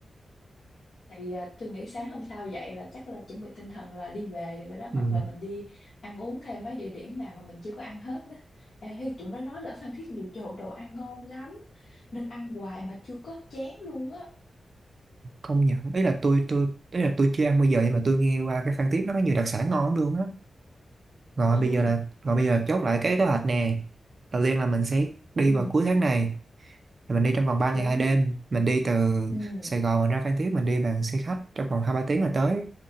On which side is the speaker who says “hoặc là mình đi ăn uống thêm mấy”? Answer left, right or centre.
Left